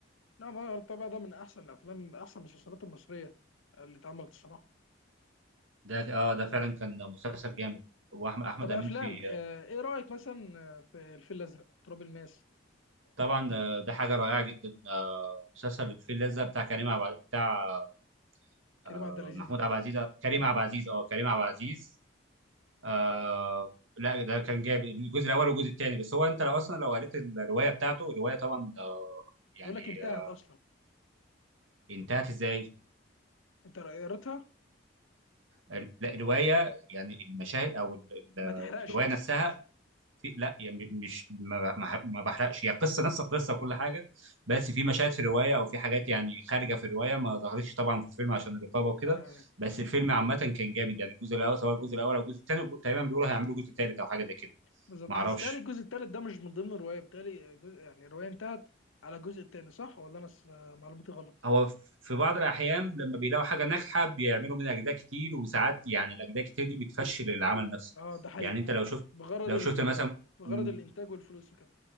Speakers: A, on the left (about 85°); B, on the right (about 80°).
A: لا ما وراء الطبيعة ده من احسن الافلام من احسن المسلسلات المصرية اللي اتعملت الصراحة
B: ده اه ده فعلا كان مسلسل جامد واحمد احمد
A: طب افلام
B: امين في
A: آه ايه رأيك مثلا آه، في الفيل الازرق تراب الماس
B: طبعا آه، ده حاجه رائعه جدا آه، مسلسل الفيل الازرق بتاع كريم عب... بتاع آه،
A: كريم عبد العزيز
B: محمود
A: اهو
B: عبد العزيز آه، كريم عبد العزيز اه كريم عبد العزيز آه لا ده كان جامد الجزء الاول والجزء الثاني بس هو انت لو اصلا لو قريت الروايه بتاعته الروايه طبعا آه، يعني
A: بقول لك انتهت
B: آه،
A: اصلا
B: انتهت ازاي
A: انت قريتها
B: ال- لا الروايه يعني المشاهد او ال-
A: ما
B: ال-
A: تحرقش
B: الروايه
A: بس
B: نفسها في لا يعني مش ما ما- ما بحرقش هي قصه نفس القصه وكل حاجه بس في مشاهد في الروايه او في حاجات يعني خارجه في الروايه ما ظهرتش طبعا في الفيلم عشان الرقابه وكده
A: آه
B: بس الفيلم عامه كان جامد يعني الجزء الاول سواء الجزء الاول او الجزء الثاني تقريبا بيقولوا هيعملوا جزء ثالث او حاجه زي كده
A: بالظبط
B: ما اعرفش
A: بس تالي الجزء التالت ده مش من ضمن الرواية بتالي جزء يعني الرواية انتهت على الجزء التاني صح ولا انا س- آه، معلوماتي غلط
B: هو في بعض الاحيان لما بيلاقوا حاجه ناجحه بيعملوا منها اجزاء كتير وساعات يعني الاجزاء كتير دي بتفشل العمل نفسه
A: اه ده حقيقي
B: يعني انت لو شفت
A: بغرض
B: لو
A: ال
B: شفت مثلا
A: بغرض
B: م-
A: الانتاج والفلوس وكده